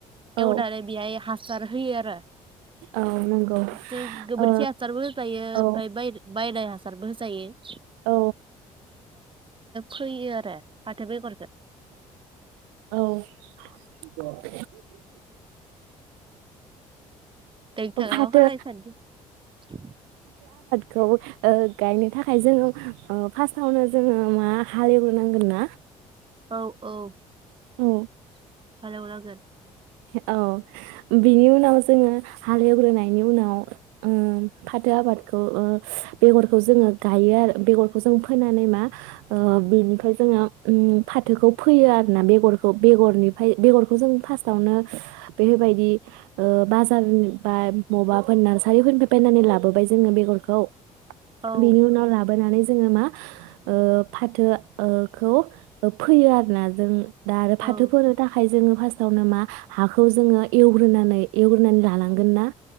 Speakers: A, on the right (about 65°); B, on the right (about 30°).
A: औ
B: एवनानै बेहाय हासार सार होयो आरो
A: औ नंगौ
B: जों गोबोरखि
A: ओ
B: हासारबो होजायो
A: औ
B: ओमफाय बाय‌ बायनाय हासार <unintelligible> जायो
A: औ
B: फैयो आरो फाथो बेगरखौ
A: औ औ <inaudible>
B: नोंथाङा
A: औ फाथो
B: <unintelligible>
A: खौ ओ गायनो थाखाय ओ जोङो फास्टावनो जोङो मा हालेवग्रोनांगोन ना?
B: औ औ
A: औ
B: हाल एवनांगोन
A: औ बिनि उनाव जोङो हालेवग्रोनायनि उनाव ओ फाथो आबादखौ ओ बेगरखौ जोङो गायो आरो बेगरखौ जों फोनानै मा ओ बिनिफ्राय जोङो उम फाथोखौ फोयो आरोना बेगरखौ बेगरनिफ्राय बेगरखौ जों फास्ट थावनो बेफोरबायदि बाजार बा मबाफोर नार्सारिफोरनिफ्राय बायनानै लाबोबाय जोङो बेगरखौ
B: औ
A: बिनि उनाव लाबोना नानै जोङो मा ओ फाथो ओखौ फैयो आरोना जों दा आरो
B: औ
A: फाथो फोनो थाखाय जोङो यावनो मा हाखौ जोङो एवग्रोनानै एवग्रोनानै लानांगोन ना